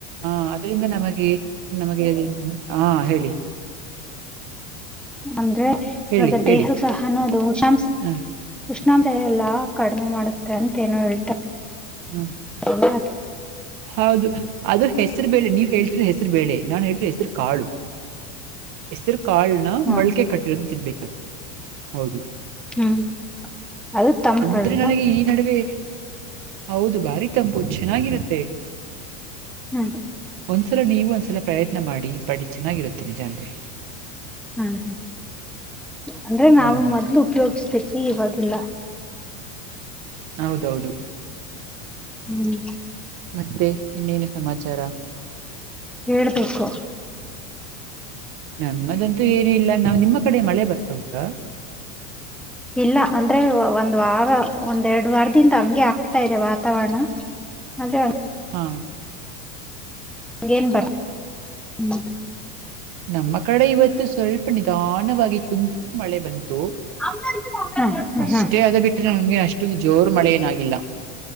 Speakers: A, on the right; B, in the centre.
A: ಹ ಅದರಿಂದ ನಮಗೆ ನಮಗೆ ಹಾ ಹೇಳಿ
B: ಅಂದ್ರೆ ಇವಾಗ
A: ಹೇಳಿ ಹೇಳಿ
B: ದೇಹ ಸಹಾನು ಅದುಷಂ
A: ಹ
B: ಉಷ್ಣಾ್ರ ಎಲ್ಲಾ ಕಡಿಮೆ ಮಾಡುತ್ತೆ ಅಂತ ಏನೋ ಹೇಳ್ತಾರೆ
A: ಹ್ಮ್
B: ಹಾ
A: ಹೌದು ಅದು ಹೆಸರು ಬೇಳೆ ನೀವ್ ಹೇಳ್ತಿದ್ರೆ ಹೆಸರು ಬೇಳೆ ನಾನ್ ಹೇಳ್ತಿದ್ರೆ ಹೆಸರು ಕಾಳು ಹೆಸರು ಕಾಳನ
B: ಹ್ಮ
A: ಮೊಳ್ಕೆ ಕಟ್ಟಿರೋದು ತಿನ್ಬೇಕಂತ ಹೌದು
B: ಹ್ಮ್ ಅದು ತಂಪಲ್ವಾ
A: ಅಂದ್ರೆ ನನಗೆ ಈ ನಡುವೆ ಹೌದು ಬಾರಿ ತಂಪು ಚೆನ್ನಾಗಿರುತ್ತೆ
B: ಹ್ಮ್
A: ಒಂದ್ಸಲ ನೀವು ಒಂದ್ಸಲ ಪ್ರಯತ್ನ ಮಾಡಿ ಪಡಿ ಚೆನ್ನಾಗಿರುತ್ತೆ ನಿಜಾಂದ್ರೆ
B: ಹಾ ಹಾ ಅಂದ್ರೆ ನಾವವು
A: ಹ್ಮ್
B: ಮೊದ್ಲು ಉಪಯೋಗ್ಿಸ್ತೇ ಸಿ ಇವಾಗಿಲ್ಲ
A: ಹೌದೌದು
B: ಹ್ಮ್
A: ಮತ್ತೆ ಇನ್ನೇನು ಸಮಾಚಾರ
B: ಹೇಳ್ಬೇಕು
A: ನಮ್ಮದಂತೂ ಏನ ಇಲ್ಲ ನಾ್ ನಿಮ್ಮ ಕಡೆ ಮಳೆ ಬರ್ತಾ ಉಂಟಾ
B: ಇಲ್ಲ ಅಂದ್ರೆ ಒಂದ್ ವಾರ ಒಂದ್ೆರಡ್ ವಾರದಿಂದ ಹಂಗೆ ಆಗ್ತಾ ಇದೆ ವಾತಾವರಣ ಅದೇ
A: ಹಾ
B: ಹೇನ್ ಬರ್ ಹ್ಮ
A: ನಮ್ಮ ಕಡೆ ಇವತ್ತು ಸ್ವಲ್ಪ ನಿಧಾನವಾಗಿ ತುಂತುರು ಮಳೆ ಬಂತು
B: ಹ್ಮ್ ಹ್ಮ್
A: ಅಷ್ಟೇ ಅದ ಬಿಟ್ರೆ ನಮ್ಗೆ ಅಷ್ಟ ಜೋರು ಮಳೆ ಏನಾಗಿಿಲ್ಲ